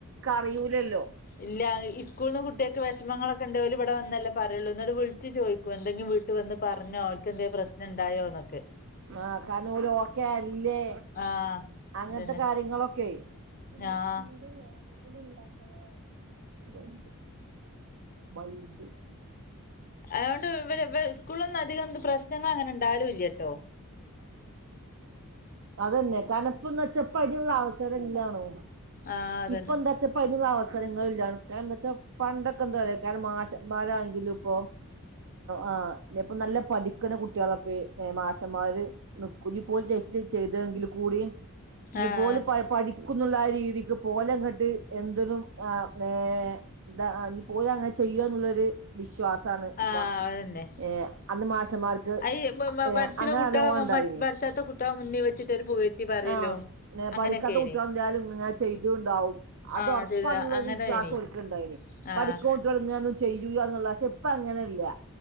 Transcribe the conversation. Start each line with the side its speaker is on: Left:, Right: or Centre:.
Right: അറിയൂലല്ലോ
Left: ഇല്ല ഇസ്കൂൾൽ ന്ന് കുട്ടിയക്ക് വേശ് വിഷമങ്ങളൊക്കെ ഉണ്ട പോല ഇടെന്നേ പറയുള്ളൂ എന്നോട് വിളിച്ച് ചോദിക്കും എന്തെങ്കിലും വീട്ടി വന്ന് പറഞ്ഞോ അവർ എന്തങ്കിലും പ്രശ്നം ഉണ്ടായോ ന്നൊക്കെ
Right: ആ കനൂല ഓക്കെ അല്ലേ
Left: ആഹ്
Right: അങ്ങനത്തെ
Left: അതന്നെ
Right: കാര്യങ്ങളൊക്കെയ <unintelligible>
Left: ആഹ്
Right: മന്തി
Left: അതുകൊണ്ട് ഇവലെ ഇവ സ്കൂളിൽന്നും അധികം പ്രശ്നങ്ങൾ അങ്ങനെ ഉണ്ടാലും ഇല്ല കേട്ടോ
Right: അതന്നെ കനപ്പന്ന് വെച്ചപ്പ ള്ള അവസരംല്ലാണോ
Left: ആഹ് അതന്നെ
Right: ഇപ്പൊ എന്താ വച്ചാ <unintelligible> അവസരങ്ങളില്ലാണ് ക എന്താ വച്ചാ പണ്ടൊക്കെ എന്താ അ കാരണം മാഷ് മാരാണെങ്കിലും ഇപ്പൊ ആ ഇയിപ്പ നല്ല പഠിക്കുന്ന കുട്ടികളപ്പെ മാഷന്മാര് നിക്കും പോലറ്റ് ചെയ്തെങ്കിൽ കൂട ഇനി
Left: ആഹ്
Right: പോലും പ പഠി ക്കുന്നുള്ള ആ രീതിക്ക് ഒലെ ങ്ങട്ട് എന്തിനും <unintelligible> ഓൻ അങ്ങനെ ചെയ്യോ ന്നുളളരു വിശ്വ വാ സാറേ
Left: ആഹ്
Right: പോവാം
Left: അതന്നെ
Right: എ അന്ന് മാഷ് മമാർക്ക്
Left: ഈ പഠിച്ച്ണ
Right: അനുഭവം
Left: കുട്ടികളെ
Right: ഉണ്ടായിന്
Left: പഠിച്ചാത്ത കുട്ടികളെ മുന്നിൽ വെച്ചിട്ട് ഒരു പുകഴ്ത്തി പറയലും
Right: ആ നേപ്പാളിൽ
Left: അങ്ങനെയൊക്കെനി
Right: കണ്ടുമുട്ടുകഎന്ന് വെച്ചാല് ഇതുണ്ടാവും അത്
Left: ആഹ്
Right: ഒറപ്പന്ന
Left: ശരി അങ്ങനെനി
Right: ഒരു വിശ്വാസഓൽക്ണ്ടായിന്
Left: ആഹ്
Right: പഠിക്കോട്ട്യാള് ങ്നെ ചെയ്യുലാ ന്നുള്ളസ് ഇപ്പ അങ്ങനെല്യ